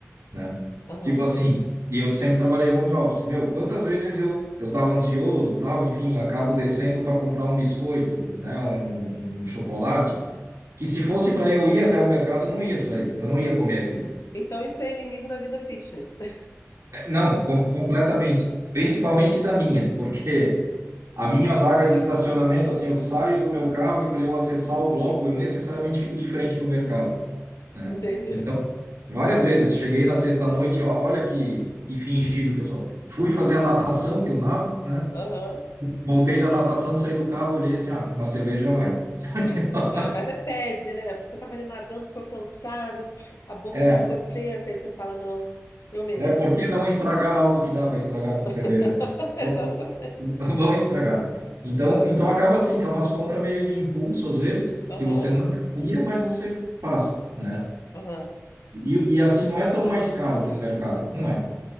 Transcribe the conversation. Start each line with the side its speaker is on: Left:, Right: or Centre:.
Right: né?
Left: Aham.
Right: Tipo assim, e eu sempre trabalhei home office. Meu, quantas vezes eu eu tava ansioso, tal, enfim, acabo descendo para comprar um biscoito, né, um, um chocolate, que se fosse para eu ir até o mercado, eu não ia sair, eu não ia comer aquilo.
Left: Então isso é inimigo da vida fitness. <laughs>
Right: É, Não, com- completamente. Principalmente da minha, porque a minha vaga de estacionamento, assim, eu saio do meu carro e para eu acessar o bloco, eu necessariamente fico de frente para o mercado, né?
Left: Entendeu?
Right: Então, Várias vezes. Cheguei na sexta-noite, ó- olha que, que fingido que eu sou. Fui fazer a natação, que eu nado, né?
Left: Aham.
Right: Voltei da natação, saí do carro, olhei assim, ah, uma cerveja já vai. <laughs>
Left: É. Ah, mas é pede, né? Porque você estava ali nadando, ficou cansado, a boca
Right: É,
Left: já ficou seca, aí você fala, não, eu mereço.
Right: né? Por que não estragar algo que dá para estragar com
Left: <laughs>
Right: cerveja? né?
Left: Exatamente.
Right: Va- va- <laughs> Vamos estragar. Então, então acaba assim, que é umas compras meio de impulso, às vezes,
Left: Aham,
Right: que você não faria, mas você faz, né?
Left: aham.
Right: E, e assim, não é tão mais caro que no mercado, não é?